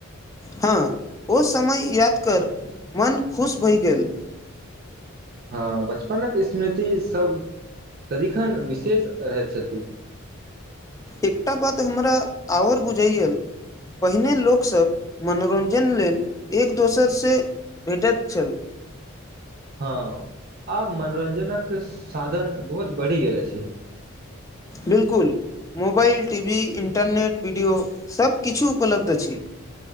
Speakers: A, on the left; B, on the right.
A: हँ ओ समय याद कर मन खुश भहि गेल
B: हँ बचपनक स्मृति सब सदिखन विशेष रहैत छथि
A: एकटा बात हमरा आओर बुझैए पहिने लोकसभ मनोरंजन लेल एक दोसर से भेटैत छल
B: हँ आब मनोरंजक साधन बहुत बढ़ि गेल अछि
A: बिल्कुल मोबाइल टीवी इंटरनेट वीडियो सब किछु उपलब्ध अछि